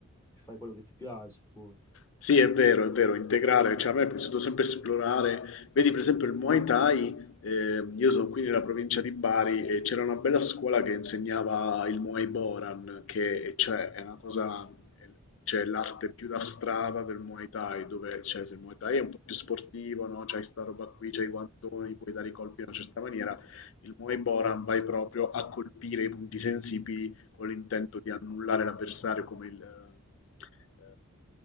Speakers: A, on the left; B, on the left.
A: fai quello che ti piace poi.
B: Sì, è vero, è vero, integrare, cioè a me è piaciuto sempre esplorare, vedi per esempio il Muay Thai, ehm, io sono qui nella provincia di Bari e c'era una bella scuola che insegnava il Muay Boran, che e cioè, è una cosa, è- cioè l'arte più da strada del Muay Thai, dove cioè, se il Muay Thai è un po' più sportivo, no? C'hai sta roba qui, c'hai i guantoni, puoi dare i colpi in una certa maniera, il Muay Boran vai proprio a colpire i punti sensibili con l'intento di annullare l'avversario come il, ehm,